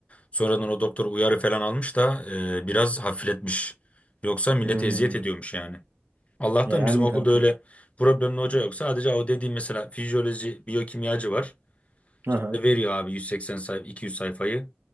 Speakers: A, on the left; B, on the right.
A: Sonradan o doktor uyarı falan almış da eee, biraz hafifletmiş. Yoksa millete
B: Hı hı.
A: eziyet ediyormuş yani. Allah'tan
B: Yani
A: bizim okulda
B: kankam.
A: öyle problemli hoca yok. Sadece o dediğim mesela fizyoloji, biyokimyacı var.
B: Hı
A: İşte
B: hı.
A: o da veriyor abi 180 sayfa 200 sayfayı.